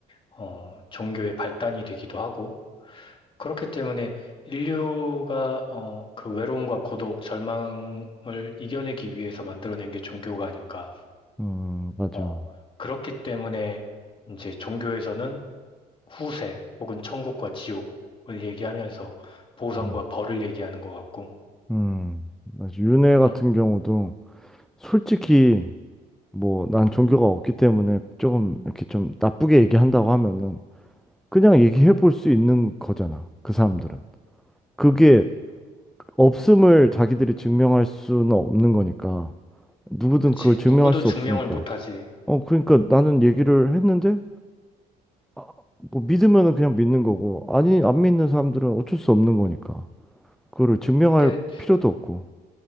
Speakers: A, on the left (about 30°); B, in the centre.
A: 어, 종교의 발단이 되기도 하고 그렇기 때문에 인류가 어, 그 외로움과 고독, 절망을 이겨내기 위해서 만들어낸 게 종교가 아닌가.
B: 음, 맞아.
A: 어, 그렇기 때문에 이제 종교에서는 후세 혹은 천국과 지옥을 얘기하면서 보상과
B: 음,
A: 벌을 얘기하는 것 같고,
B: 음, 맞아. 윤회 같은
A: 음,
B: 경우도 솔직히 뭐 난 종교가 없기 때문에 조금 음. 이렇게 좀 나쁘게 얘기한다고 하면은 그냥 얘기해 볼 수 있는 거잖아. 그 사람들은. 그게 없음을 자기들이 증명할 수는 없는 거니까. 누구든
A: 그치.
B: 그걸 증명할
A: 누구도
B: 수
A: 증명을
B: 없으니까.
A: 못하지.
B: 어, 그러니까 나는 얘기를 했는데 아, 뭐 믿으면은 그냥 믿는 거고 아니 안 믿는 사람들은 어쩔 수 없는 거니까. 그거를 증명할
A: 근데
B: 필요도 없고.